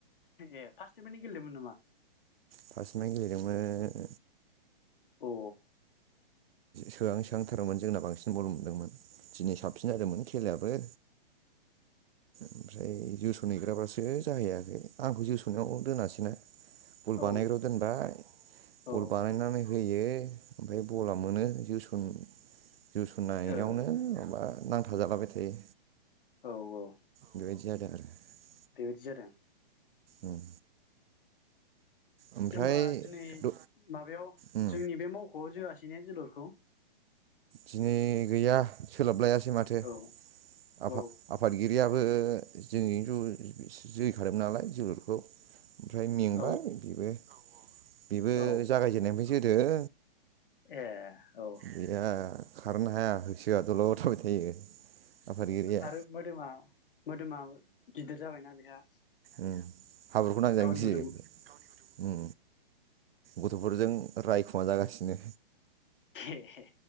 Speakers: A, on the left; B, on the right.
A: ए फार्स्ट निफायनो गेलेदोंमोन नामा?
B: फासनिफाय गेलेदोंमोन
A: अ
B: सोहां सोहांथारमोन जोंना बांसिन बल' मोन्दोंमोन दिनै साब <unintelligible> फिन जादोंमोन खेलायाबो। ओमफ्राय जोस'न हैग्राबास <unintelligible> जाहैयाखै आंखौ जोसननायाव दोनासैनो गल
A: औ
B: बानायग्रायाव दोनबाय
A: औ
B: गल बानायनानै होयो ओमफाय बला मोनो जोसन जोसननायावनो
A: औ
B: माबा नांथाजालाबाय थायो।
A: औ औ
B: बेबायदि जादों <unintelligible>
A: बेबादि जादों
B: उम ओमफ्राय
A: होमबा दिनै
B: द
A: माबायाव
B: उम
A: जोंनि बे मावख'आव जोआस <unintelligible> जोलुरखौ
B: दिनै गैया सोलाबलायास <unintelligible> माथो
A: औ औ
B: आफा आफादगिरियाबो जों <unintelligible> जोहैखादों नालाय जोल खौ ओमफ्राय मेंबाय
A: औ
B: बेबो बेबो
A: औ
B: जागायजेननायनिफ्राय जोदों
A: ए औ
B: गैया खारनो हाया होसोआ दलद थाबाय थायो। आफादगिरिया
A: आरो मोदोमा मोदोमा गिदिर जाबायना बेहा
B: उ हाब्रुखौ नांजानो
A: गावनि
B: गियो
A: मोदोम
B: उ गथ'फोरजों रायखुमा जागासिनो
A: ए